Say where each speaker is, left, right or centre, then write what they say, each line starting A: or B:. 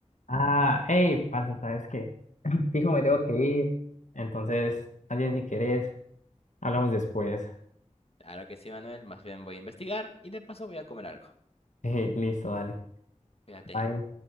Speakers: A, on the left; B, on the left.
A: Ah, hey, parce, ¿sabes qué? <laughs> Fijo, me tengo que ir. Entonces, alguien si querés, hablamos después. <laughs>
B: Claro que sí, Manuel. Más bien voy a investigar y de paso voy a comer algo.
A: Eh, listo, dale.
B: Fíjate.
A: Bye.